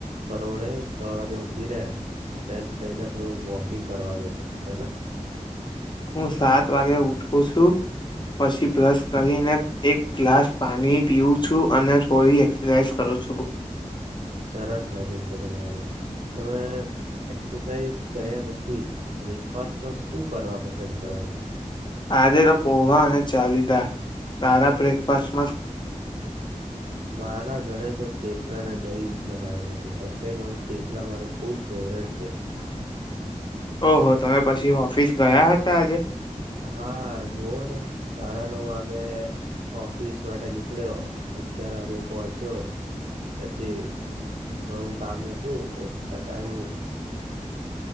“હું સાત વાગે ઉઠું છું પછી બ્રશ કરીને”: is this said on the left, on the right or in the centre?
Left